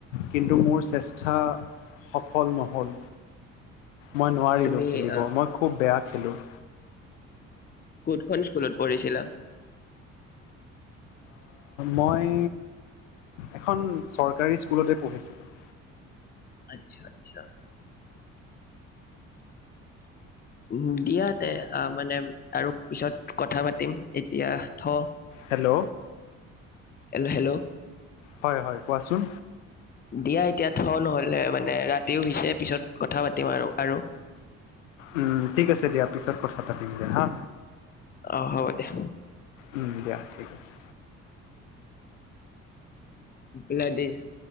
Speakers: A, on the left; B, on the left.
A: কিন্তু মোৰ চেষ্টা সফল নহ'ল। মই নোৱাৰিলোঁ
B: তুমি
A: খেলিব।
B: আ,
A: মই খুব বেয়া খেলোঁ।
B: কোনখন স্কুলত পঢ়িছিলা?
A: মই এখন চৰকাৰী স্কুলতে পঢ়িছিলোঁ।
B: আতচ্ছা, আতচ্ছা। উম, দিয়া তে আহ, মানে আৰু পিছত কথা পাতিম, এতিয়া থওঁ।
A: হেল্ল'!
B: হেল্ল'! হেল্ল'!
A: হয়, হয়, কোৱাচোন?
B: দিয়া এতিয়া থওঁ নহ'লে, মানে ৰাতিও হৈছে, পিছত কথা পাতিম আৰু, আৰু।
A: উম, ঠিক আছে দিয়া, পিছত কথা পাতিম দিয়া, হা।
B: অ', হ'ব দিয়া।
A: উম, দিয়া ঠিক আছে।
B: <unintelligible>